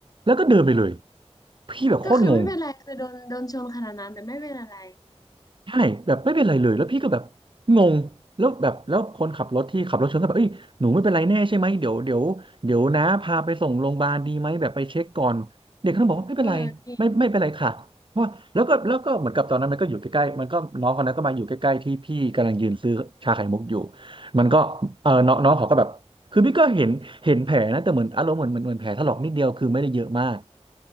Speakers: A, on the right; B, on the left.
A: แล้วก็เดินไปเลยพี่แบบโคตรงง
B: ก็คือไม่เป็นไรคือโดนโดนชนขนาดนั้นแต่ไม่เป็นอะไร
A: ใช่แบบไม่เป็นไรเลยแล้วพี่ก็แบบงงแล้วแบบแล้วคนขับรถที่ขับรถชนก็แบบเอ้ยหนูไม่เป็นไรแน่ใช่ไหมเดี๋ยวเดี๋ยวเดี๋ยวนะพาไปส่งโรงพยาบาลดีไหมแบบไปเช็คก่อนเด็กเขาบอกว่าไม่เป็นไรไม่ไม่เป็นไรค่ะเพราะว่าแล้วก็แล้วก็เหมือนกับตอนนั้นมันก็อยู่ใกล้ๆมันก็น้องคนนั้นก็มาอยู่ใกล้ๆที่พี่กำลังยืนซื้อชาไข่มุกอยู่
B: เออจริง
A: มันก็เออน้องน้องเขาก็แบบคือพี่ก็เห็นเห็นแผลนะแต่เหมือนอารมณ์เหมือนเหมือนเหมือนแผลถลอกนิดเดียวคือไม่ได้เยอะมาก